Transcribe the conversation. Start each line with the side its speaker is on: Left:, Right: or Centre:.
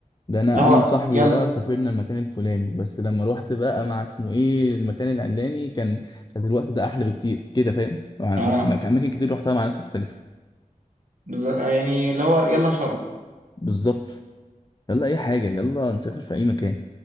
Left: ده انا
Right: اللي هو
Left: انا وصاحبي
Right: يلا
Left: ده سافرنا المكان الفلاني بس لما روحت بقى مع اسمه ايه المكان العلاني كان كان الوقت ده احلى بكتير كده فاهم اماكن
Right: اه
Left: كتير روحتها مع ناس مختلفه
Right: بالظبط يعني اللي هو يلا شرم
Left: بالظبط يلا اي حاجه يلا نسافر في اي مكان